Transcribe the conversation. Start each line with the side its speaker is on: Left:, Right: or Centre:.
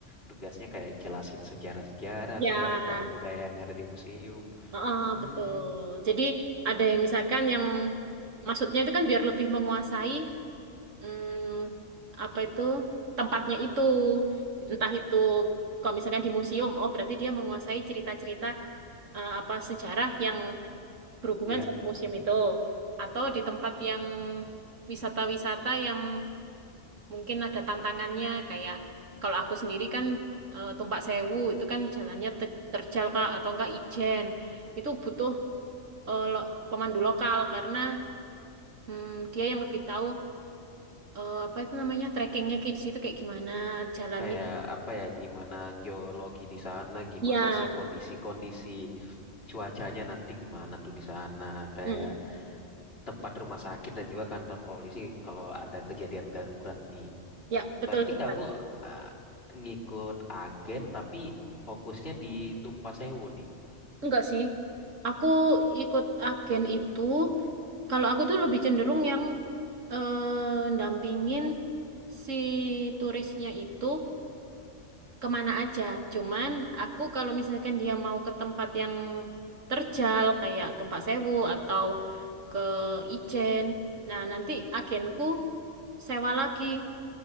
Left: tugasnya kayak jelasin sejarah-sejarah
Right: ya
Left: atau enggak budaya-budaya yang ada di museum.
Right: heeh,
Left: Hmm,
Right: betul. Jadi ada yang misalkan yang maksudnya itu kan biar lebih menguasai hmm, apa itu tempatnya itu entah itu kalau misalkan di museum oh berarti dia menguasai cerita-cerita eh, apa sejarah yang berhubungan
Left: ya
Right: sama museum itu atau di tempat yang wisata-wisata yang mungkin ada tantangannya kayak kalau aku sendiri kan eh, Tumpak Sewu itu kan jalannya ter- terjal Kak, atau enggak Ijen itu butuh eh, lo- pemandu lokal karena hmm, dia yang lebih tahu eh, apa itu namanya trekkingnya kayak di situ kayak gimana jalannya?
Left: kayak apa ya gimana geologi di sana, gimana
Right: Ya,
Left: sih kondisi-kondisi cuacanya nanti gimana tuh di sana, kayak
Right: Hmm,
Left: tempat rumah sakit dan juga kantor polisi kalau ada kejadian darurat nih.
Right: ya betul
Left: Berarti
Right: sekali.
Left: kamu ah, ngikut agen tapi fokusnya di Tumpah Sewu nih.
Right: Enggak sih, aku ikut agen itu. Kalau aku tuh lebih cenderung yang eh, ndampingin si turisnya itu kemana aja. Cuman aku kalau misalkan dia mau ke tempat yang terjal kayak Tumpak Sewu atau ke Ijen, nah nanti agenku sewa lagi